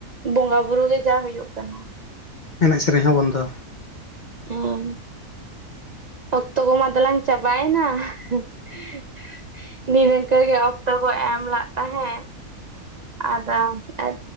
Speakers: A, on the right; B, on the left.
A: ᱵᱚᱸᱜᱟ ᱵᱩᱨᱩ ᱜᱮ ᱡᱟ ᱦᱩᱭᱩᱜ ᱠᱟᱱᱟ
B: ᱮᱱᱮᱡ ᱥᱮᱨᱮᱧ ᱦᱚᱸ ᱵᱚᱱᱫᱚ
A: ᱦᱚᱸ ᱚᱠᱛᱚ ᱠᱚ ᱢᱟ ᱫᱚᱞᱟᱝ ᱪᱟᱵᱟᱭᱮᱱᱟ <unintelligible> ᱱᱤᱱᱤᱝᱠᱟᱹ ᱜᱮ ᱚᱠᱛᱚ ᱵᱚ ᱮᱢ ᱞᱟᱜ ᱛᱟᱸᱦᱮᱸᱫ ᱟᱫᱚ ᱟᱨ